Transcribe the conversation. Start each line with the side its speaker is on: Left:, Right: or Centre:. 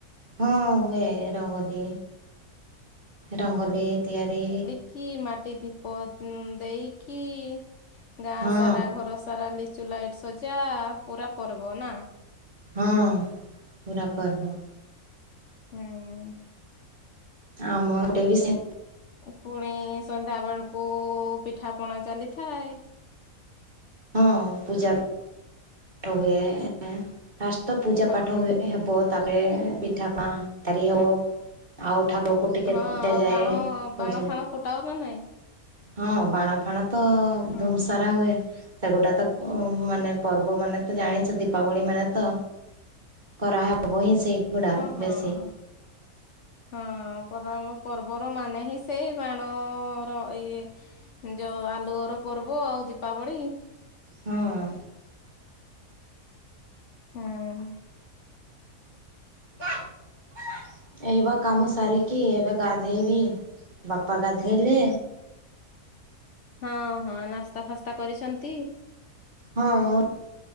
Right: ହଁ ହୁଏ ରଙ୍ଗୋଲି, ରଙ୍ଗୋଲି ତିଆରି
Left: କି ମାଟି ଦୀପ ଉ ଦେଇକି, ଗାଁ
Right: ହଁ
Left: ସାରା, ଘର ସାରା ଲି ଲିଚୁଲାଇଟ୍ ସଜା, ପୁରା ପର୍ବ ନା।
Right: ହଁ, ପୁରା ପର୍ବ।
Left: ହୁଁ ଉଁ
Right: ଆମ ଆଡେ ବି ସେ
Left: ଓ ପୁଣି ସନ୍ଧ୍ୟା ବେଳକୁ ପିଠା, ପଣା ଚାଲିଥାଏ।
Right: ହଁ ପୂଜା ପାଠହୁଏ। ଫାଷ୍ଟ ତ ପୂଜା
Left: ହଁ
Right: ପାଠ ହୁଏ। ଏହାପ, ତାପ ପେଏ, ପିଠା ପାଁ ତାରି ହବ। ଆଉ ଠାକୁରକୁ ଟିକେ
Left: ହଁ ଆଉ
Right: ଦିଆଯାଏ
Left: ବାଣ
Right: ପୂଜା
Left: ବାଣ ଫାଣ ଫୁଟାଅ ନା ନାଇଁ?
Right: ହଁ ବାଣ ଫାଣ ତ
Left: ହଁ
Right: ଧୂମସାରା ହୁଏ ସେଗୁଡା ତ ମାନେ ପର୍ବ ପବ ମାନେ ତ ଜାଣିଛ ଦୀପାବଳି ମାନେ ତ ଖରା ହବ ହିଁ ସେଇଗୁଡା
Left: ହଁ ହଁ।
Right: ବେଶୀ
Left: ହଁ ପଦ ପର୍ବର ମାନେ ହିଁ ସେଇ ବାଣର ଇଏ ଯଉ ଆଲୁଅର ପର୍ବ ଆଉ ଦୀପାବଳି
Right: ହଁ
Left: ହୁଁ ହୁଁ
Right: କ <inaudible> ଏଇ ବା କାମ ସାରିକି ଏବେ ଗାଧେଇବି ବାପା ଗାଧେଇଲେ
Left: ହଁ ହଁ ନାସ୍ତା ଫାସ୍ତା କରିଛନ୍ତି
Right: ହଁ ମୁଁ